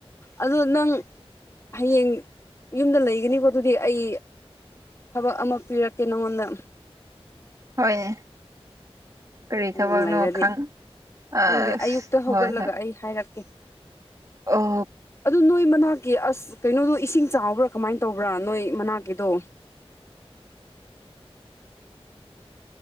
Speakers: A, on the left (about 25°); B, on the right (about 35°).
A: ꯑꯗꯨ ꯅꯪ ꯍꯌꯦꯡ ꯌꯨꯝꯗ ꯂꯩꯒꯅꯤꯀꯣ ꯑꯗꯨꯗꯤ ꯑꯩ ꯊꯕꯛ ꯑꯃ ꯄꯤꯔꯛꯀꯦ ꯅꯪꯉꯣꯟꯗ
B: ꯍꯣꯏꯅꯦ ꯀꯔꯤ
A: ꯍꯌꯦꯡ
B: ꯊꯕꯛꯅꯣ
A: ꯂꯩꯔꯗꯤ
B: ꯈꯪ ꯑꯁ
A: ꯈꯪꯗꯦ ꯑꯌꯨꯛꯇ ꯍꯧꯒꯠꯂꯒ
B: ꯍꯣꯏ ꯍꯣꯏ
A: ꯑꯩ ꯍꯥꯏꯔꯛꯀꯦ
B: ꯑꯣ
A: ꯑꯗꯨ ꯅꯣꯏ ꯃꯅꯥꯛꯀꯤ ꯑꯁ ꯀꯩꯅꯣꯗꯣ ꯏꯁꯤꯡ ꯆꯥꯎꯕ꯭ꯔꯥ ꯀꯃꯥꯏꯅ ꯇꯧꯕ꯭ꯔꯥ ꯅꯣꯏ ꯃꯅꯥꯛꯀꯤꯗꯣ